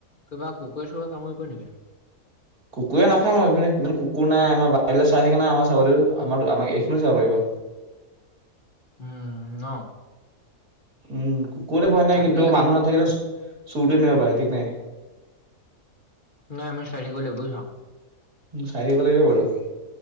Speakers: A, on the left; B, on the right.
A: কিবা কুকুৰে চুকুৰে কামুৰিব নিকি?
B: কুকুৰে নাখাম ম এইনে ইমান কুকুৰ নাই আমাৰ বাৰ চাই থাকে নাই আমাৰ ছাগলীও আমাৰো আমাক এইখিনিও চাব পাৰিব।
A: উম ন।
B: উম কুকুৰে ভোৱা নাই
A: তাকে
B: কিন্তু মানুহৰ ধেই আছে। চু কেনেকে পাই থিক নাই।
A: নাই আমাৰ গ'লে গ'ল আও বুইছ
B: উ চাই থাকিব লাগিব বাৰু